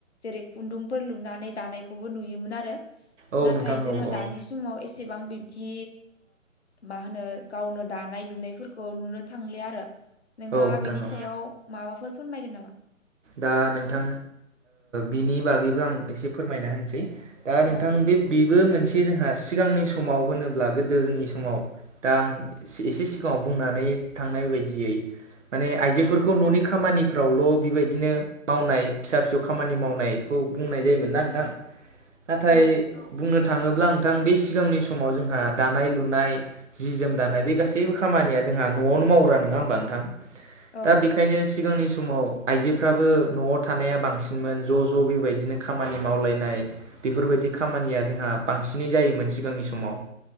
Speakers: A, on the left; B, on the right.
A: जेरै खुन्दुंफोर लुनानै दानायखौबो नुयोमोन आरो
B: औ
A: नाथाय
B: नोंथां
A: जोङो
B: औ औ
A: दानि समाव एसेबां बिब्दि मा होनो गावनो दानाय लुनायफोरखौ नुनो थांलि आरो नोंथाङा
B: औ नोंथां
A: बेनि
B: औ
A: सायाव माबाफोर फोरमायगोन नामा
B: दा नोंथां बिनि बागैबो आं एसे फोरमायना होनसै दा नोंथां
A: औ
B: बे बेबो मोनसे जोंहा सिगांनि समाव होनोब्ला गोदोनि समाव दा आं एसे सिगाङाव बुंनानै थांनाय बायदियै माने आइजोफोरखौ न'नि खामानिफ्रावल' बेबायदि बिदिनो मावनाय फिसा फिसौ खामानि मावनायखौ बुंनाय जायोमोन ना नोंथां नाथाय
A: औ
B: बुंनो थाङोब्ला नोंथां बे सिगांनि समाव जोंहा दानाय लुनाय जि जोम दानाय बे गासैबो खामानिया जोंहा न'आवनो मावग्रा नङा होमबा नोंथां
A: औ
B: दा बेखायनो सिगांनि समाव आइजोफ्राबो न'आव थानाया बांसिनमोन ज' ज' बेबायदिनो खामानि मावलायनाय बेफोरबायदि खामानिया जोंहा बांसिनै जायोमोन सिगांनि समाव